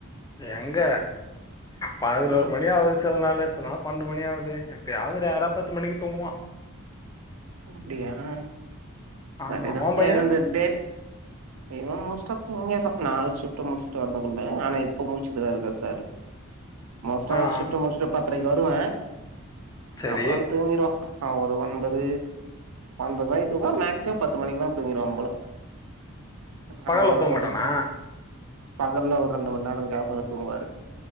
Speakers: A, on the left (about 15°); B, on the right (about 85°).
A: எங்க பதினோரு
B: ம்
A: மணியாவது சில நாளு சில நாள் பன்னெண்டு மணி ஆகுது எப்பயாவது ரேரா பத்து மணிக்கு தூங்குவா
B: அப்டியா ஆ சரிதா
A: ஆமா. உன் பையன்?
B: ஏனந்து டேட் இவ மோஸ்ட தூங்கிற நா சிப்ட முடிச்சுட்டு வரதுக்குள்ள ஆனா இப்ப முடிச்சுட்டுதா இருக்காரு சாரு மோஸ்டா
A: ஆ ஆ.
B: சிப்டு முடிச்சிட்டு பத்தரைக்கு வருவ
A: சரி.
B: அப்பலா தூங்கிறுவ அவ ஒரு ஒன்பது பன்னெண்டு மணி தூங்குவா மேக்சிமம் பத்து மணிக்குல்லா தூங்கிரவபோல நம்ப
A: பகல்ல
B: ஆளுங்களா
A: தூங்க மாட்டானா?
B: படிச்சு பகல்ல ஒரு ரெண்டு மணி நேரோ கேப்க தூங்குவாரு